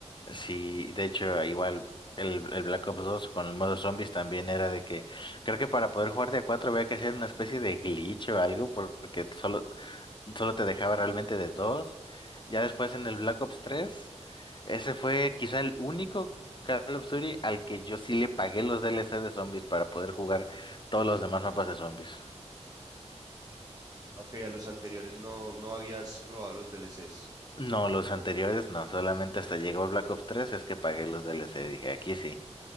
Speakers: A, on the left (about 40°); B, on the right (about 30°).
A: sí, de hecho igual el, el Black Ops 2 con el modo zombies también era de que creo que para poder jugar de a 4 había que hacer una especie de glitch o algo por- porque solo solo te dejaba realmente de dos. Ya después en el Black Ops tres ese fue quizá el único Call of Duty al que yo sí le pagué los DLC de zombies para poder jugar todos los demás mapas de zombies.
B: Aunque a los anteriores no, no habías probado los D L CS
A: No, los anteriores no, solamente hasta llegó el Black Ops tres es que pagué los DLC, dije, aquí sí.